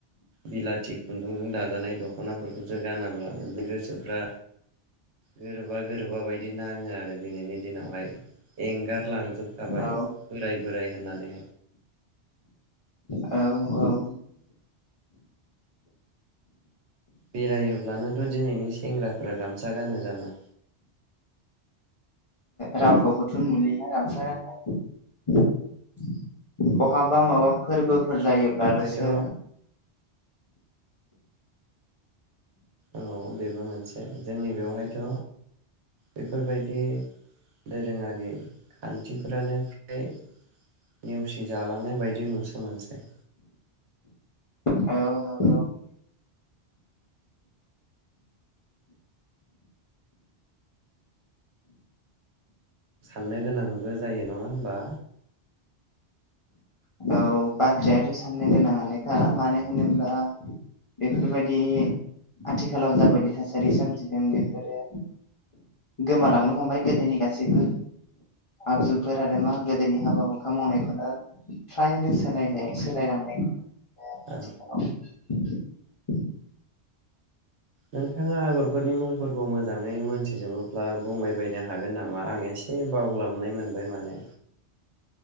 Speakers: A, on the right; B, on the left.
A: बिलाथि खुन्दुंजों दाजानाय दख'नाफोरखौसो गानाब्ला गोसोफ्रा गोरोबा गोरोबा बायदि नाङो आरो दिनैनि दिनावहाय एंगारलांजोब खाबाय
B: औ
A: बोराय बोराय होननानै
B: औ औ
A: बेरायोब्लानोथ' दिनैनि सेंग्राफोरा गामसा गानो जानो
B: रावखौ बोथु नुलिया गामसा गाननाय बहाबा माबा फोरबो फोर जायोब्लानोसो
A: ओमफ्रायथ' औ बेबो मोनसे जोंनि बेवहायथ' बेफोरबायदि दोरोङारि खान्थिफोरानो फ्राय नेवसि जालांनाय बायदि नुसोमोनसै
B: औ
A: साननो गोनांबो जायो नङा होनबा
B: औ बाथ्रायाथ' साननो गोनाङानोखा मानो होनोब्ला बेफोरबायादि आथिखालाव जाबायदि थासारि सोमजिदों बेफोरो गोमालांनो हमबाय गोदोनि गासैबो आगजुफोर आरो मा गोदोनि हाबा हुखा मावनायफोरा फ्रायानो सोलाय सोलाय लांनाय खौ नुयो
A: औ
B: आथिखालाव <inaudible>
A: नोंथाङा आगरफोरनि मुंफोरखौ मोजाङै मोनथिजोबोब्ला बुंबायबायनो हागोन नामा आं एसे बावलाबनाय मोनदों मोन माने